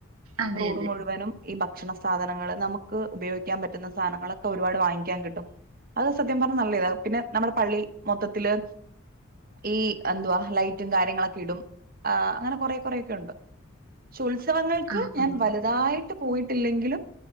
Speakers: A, on the right; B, on the right.
A: അതെ
B: റോഡ്
A: അതെ
B: മുഴുവനും ഈ ഭക്ഷണ സാധനങ്ങള്ൾ നമുക്ക് ഉപയോഗിക്കാൻ പറ്റുന്ന സാധനങ്ങളൊക്കെ ഒരുപാട് വാങ്ങിക്കാൻ കിട്ടും അത് സത്യം പറഞ്ഞാൽ നല്ല ഇതാണ് പിന്നെ നമ്മുടെ പള്ളി മൊത്തത്തില് ഈ എന്തുവാ ലൈറ്റും കാര്യങ്ങളൊക്കെ ഇടും ആ അങ്ങനെ കൊറെ കുറെൊക്കെ ഉണ്ട് പക്ഷ ഉത്സവങ്ങൾക്ക്
A: ആഹ്
B: ഞാൻ
A: ആഹ്
B: വലുതായിട്ട് പോയിട്ടില്ലെങ്കിലും